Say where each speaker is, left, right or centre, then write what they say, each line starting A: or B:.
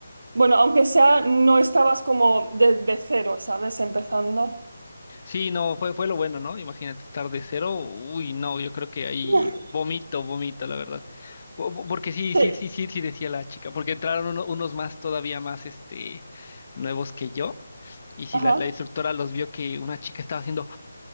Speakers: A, on the right; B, on the left.
A: bueno, aunque sea, no estabas como de, de cero, ¿sabes? Empezando.
B: Sí, no, fue, fue lo bueno, ¿no? Imagínate estar de cero. Uy, no, yo creo que ahí
A: <laughs>
B: vomito, vomito, la verdad. Po- po- Porque sí,
A: Sí.
B: sí, sí, sí, sí, decía la chica, porque entraron uno- unos más, todavía más, este, nuevos que yo. Y si
A: Ajá.
B: la, la instructora los vio que una chica estaba haciendo